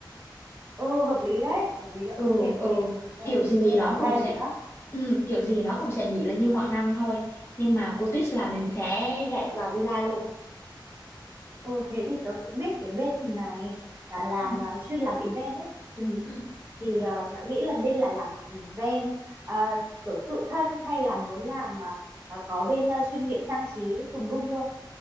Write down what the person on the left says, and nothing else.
Ừ
ừ, kiểu
gì
nó
cũng sẽ
ừ, kiểu gì nó cũng sẽ nghĩ là như mọi năm thôi, nhưng mà cú twist là mình
sẽ rẽ vào villa luôn.
Ừ.
ừ.